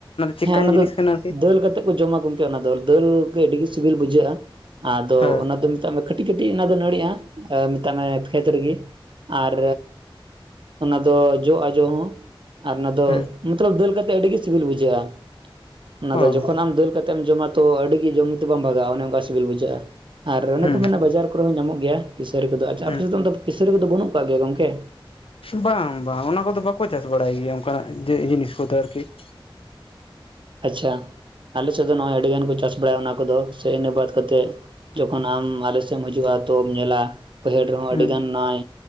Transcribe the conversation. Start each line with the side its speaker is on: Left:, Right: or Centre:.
Left: ᱪᱮᱫᱠᱟᱱ
Right: ᱦᱮᱸ ᱚᱱᱟ
Left: ᱡᱤᱱᱤᱥ
Right: ᱫᱚ
Left: ᱠᱟᱱᱟ ᱟᱨᱠᱤ
Right: ᱫᱟᱹᱞ ᱠᱟᱛᱮ ᱡᱚᱢᱟ ᱜᱚᱝᱠᱮ ᱚᱱᱟ ᱫᱚ ᱫᱟᱹᱞ ᱜᱮ ᱟᱹᱰᱤ ᱜᱮ ᱥᱤᱵᱤᱞ ᱵᱩᱡᱷᱟᱹᱜ-ᱟ ᱟᱫᱚ
Left: ᱦᱮᱸ
Right: ᱚᱱᱟ ᱫᱚ ᱢᱮᱛᱟᱜ ᱢᱮ ᱠᱟᱹᱴᱤᱡ ᱠᱟᱹᱴᱤᱡ ᱚᱱᱟ ᱫᱚ ᱱᱟᱹᱲᱤᱜ-ᱟ, ᱢᱮᱛᱟᱜ ᱢᱮ ᱠᱷᱮᱛ ᱨᱤᱜᱤ ᱟᱨ ᱚᱱᱟ ᱫᱚ ᱡᱚᱜ-ᱟ ᱡᱚ ᱦᱚᱸ᱾ ᱟᱨ ᱚᱱᱟ ᱫᱚ
Left: ᱦᱩᱸ
Right: ᱢᱚᱛᱞᱚᱵ ᱫᱟᱹᱞ ᱠᱟᱛᱮᱫ ᱟᱹᱰᱤ ᱜᱤ ᱥᱤᱵᱤᱞ ᱵᱩᱡᱷᱟᱹᱜ-ᱟ, ᱚᱱᱟ
Left: ᱚ
Right: ᱫᱚ ᱡᱚᱠᱷᱚᱱ ᱟᱢ ᱫᱟᱹᱞ ᱠᱟᱛᱮᱢ ᱡᱚᱢᱟ ᱛᱚ ᱟᱹᱰᱤ ᱜᱤ ᱡᱚᱢ ᱛᱮ ᱵᱟᱢ ᱵᱷᱟᱜ-ᱟ ᱚᱱᱮ ᱚᱱᱠᱟ ᱥᱤᱵᱤᱞ ᱵᱩᱡᱷᱟᱹᱜ-ᱟ, ᱟᱨ ᱚᱱᱮ
Left: ᱦᱩᱸ
Right: ᱠᱚ ᱢᱮᱱᱟ ᱵᱟᱡᱟᱨ ᱠᱚᱨᱮᱸ ᱦᱚᱸ ᱧᱟᱢᱚᱜ ᱜᱮᱭᱟ ᱠᱤᱥᱟᱹᱨᱤ ᱠᱚᱫᱚ ᱟᱪᱪᱷᱟ
Left: ᱦᱩᱸ
Right: ᱟᱯᱮ ᱥᱮᱫ ᱫᱚ ᱠᱤᱥᱟᱹᱨᱤ ᱠᱚᱫᱚ ᱵᱩᱹᱱᱩᱜ ᱠᱚᱜ ᱜᱮᱭᱟ ᱜᱚᱝᱠᱮ?
Left: ᱵᱟᱝ ᱵᱟᱝ ᱚᱱᱟ ᱠᱚᱫᱚ ᱵᱟᱠᱚ ᱪᱟᱥ ᱵᱟᱲᱟᱭ ᱜᱤᱭᱟ ᱚᱱᱠᱟ ᱡᱮ ᱡᱤᱱᱤᱥ ᱠᱚᱫᱚ ᱟᱨᱠᱤ ᱾
Right: ᱟᱪᱪᱷᱟ ᱟᱞᱮ ᱥᱮᱫ ᱫᱚ ᱱᱚ-ᱚᱭ ᱟᱹᱰᱤ ᱜᱟᱱ ᱠᱚ ᱪᱟᱥ ᱵᱟᱲᱟᱭᱟ ᱚᱱᱟ ᱠᱚᱫᱚ, ᱥᱮ ᱤᱱᱟᱹ ᱵᱟᱫ ᱠᱟᱛᱮᱫ ᱡᱚᱠᱷᱚᱱ ᱟᱢ ᱟᱞᱮ ᱥᱮᱜ ᱮᱢ ᱦᱟᱹᱡᱩᱜ-ᱟ ᱛᱚᱢ ᱧᱮᱞᱟ ᱵᱟᱹᱭᱦᱟᱹᱲ ᱨᱮᱦᱚᱸ
Left: ᱦᱩᱸ
Right: ᱟᱹᱰᱤ ᱜᱟᱱ ᱱᱚᱭ